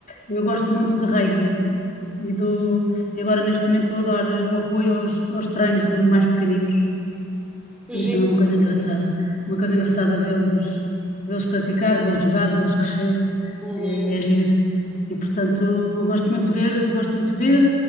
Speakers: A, on the left; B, in the centre.
A: eu gosto muito de rugby e dou, e agora neste momento estou a dar um apoio aos, aos treinos dos mais pequeninos.
B: Que
A: Isso
B: giro.
A: também é uma coisa engraçada, uma coisa engraçada vê-los, vê-los praticar, vê-los jogar, vê-los crescer
B: Uhum.
A: é, é giro. E portanto, gosto muito de ver, gosto muito de ver.